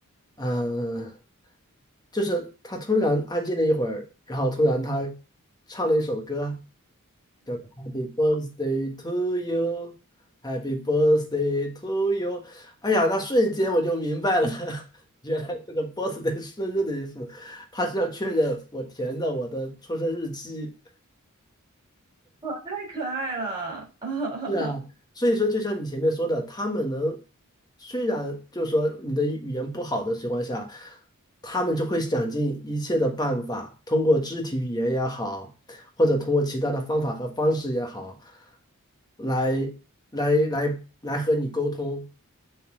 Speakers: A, on the left (about 20°); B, on the right (about 20°).
A: 嗯、呃就是他突然安静了一会儿，然后突然他唱了一首歌，叫做《Happy Birthday to You》，Happy Birthday to You。哎呀，那瞬间我就明白了，<laughs> 原来这个 birthday 生日的意思，他是要确认我填的我的出生日期。
B: 哇，太可爱了啊，<laughs>
A: 是啊，所以说，就像你前面说的，他们能，虽然就是说你的语言不好的情况下，他们就会想尽一切的办法，通过肢体语言也好，或者通过其他的方法和方式也好，来来来来和你沟通